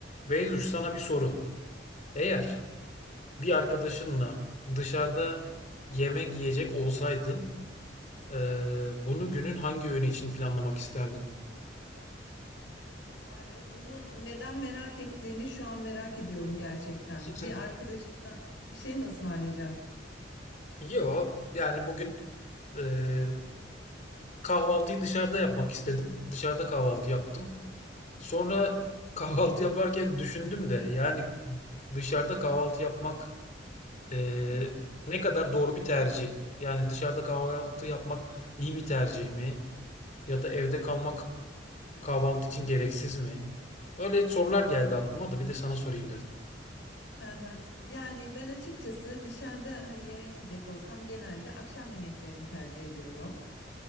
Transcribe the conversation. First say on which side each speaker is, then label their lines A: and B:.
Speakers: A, on the left; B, on the left.
A: Beyzuş sana bir soru. Eğer bir arkadaşınla dışarıda yemek yiyecek olsaydın, eee, bunu günün hangi öğünü için planlamak isterdin?
B: Vay be, bunu neden merak ettiğini şu an merak ediyorum gerçekten.
A: <laughs>
B: Bir arkadaşına bir şey mi ısmarlayacaksın?
A: Yo, yani bugün eee, kahvaltıyı dışarıda yapmak istedim. Dışarıda kahvaltı yaptım. Sonra <laughs> kahvaltı yaparken düşündüm de yani dışarıda kahvaltı yapmak eee,
B: Hı.
A: ne kadar doğru bir tercih? Yani dışarıda kahvaltı yapmak iyi bir tercih mi? Ya da evde kalmak Kahvaltı için gereksiz mi? Öyle sorular geldi aklıma da bir de sana sorayım dedim.
B: Hı hı. Yani ben açıkçası dışarıda hani yemek yiyecek olsam genelde akşam yemeklerini tercih ediyorum.